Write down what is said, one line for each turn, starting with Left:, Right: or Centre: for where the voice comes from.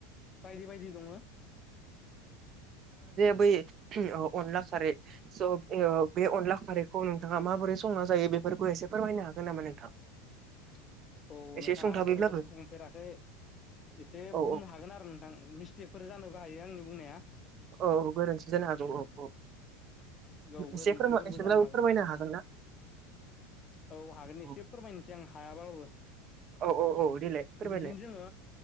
Left: बायदि बायदि दङ।
Right: फै थि अ अनला खारै स' एअ बे अनला खारैखौ नोंथाङा माबोरै संना जायो। फोरखौ एसे फोरमायनो हागोन नामा नोंथां।
Left: <inaudible> औ
Right: एसे
Left: नोंथां
Right: सुंथाबैब्लाबो
Left: आंथ' बेखौ <unintelligible> फेराखै एसे
Right: औ
Left: बुंनो हागोन आरो नोंथां मिस्टेकफोर जानोबो हायो आंनि बुंनाया।
Right: औ गोरोन्थि जानो हागौ औ-औ
Left: औ गोरोन्थिफोरबो
Right: एसे फोर एसेब्लाबो
Left: जानो हागौ
Right: फोरमायनो हागोन ना?
Left: औ हागोन एसे
Right: औ
Left: फोरमायनोसै आं हायाबाबो
Right: औ औ देलाय फोरमायलाय
Left: बिदिनो जोङो